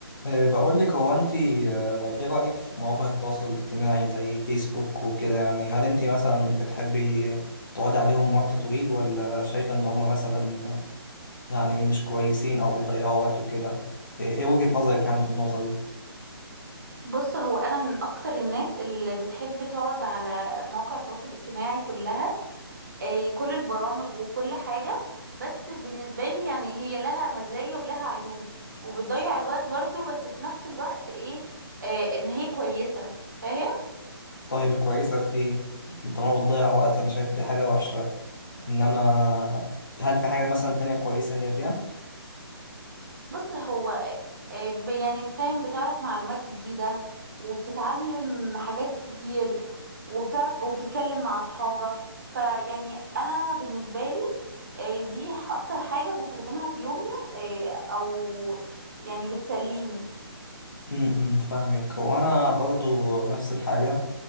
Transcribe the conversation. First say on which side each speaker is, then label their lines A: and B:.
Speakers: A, on the left (about 50°); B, on the right (about 45°).
A: أه، بقول لك هو انت أه، ايه رأيك في مواقع التواصل الاجتماعي زي فيسبوك وكده يعني هل انت مثلا بتحبي تقعدي عليهم وقت طويل ولا شايفة ان هم مثلا يعني مش كويسين او بيضيعوا وقت وكده ايه إيه وجهة نظرك يعني في النقطة دي
B: بص هو انا من اكتر الناس اللي بتحب تقعد على مواقع التواصل الاجتماعي كلها آه، كل البرامج وكل حاجة بس بالنسبة لي يعني هي لها مزايا ولها عيوب وبتضيع الوقت برضو بس في نفس الوقت ايه آه، ان هي كويسة فاهم
A: طيب كويسة في ايه طالما بتضيع وقت انا شايف دي حاجة وحشة انما هل في حاجة مثلا تانية كويسة هي فيها؟
B: بص هو آه، آه، ب- يعني فاهم بتعرف معلومات جديدة وبتتعلم حاجات كتير وبتعرف وبتتكلم مع أصحابك فيعني أنا بالنسبة لي آه، دي أكتر حاجة بستخدمها في يومي آه، أو يعني بتسليني
A: امم فاهمك هو انا برضو نفس الحاجه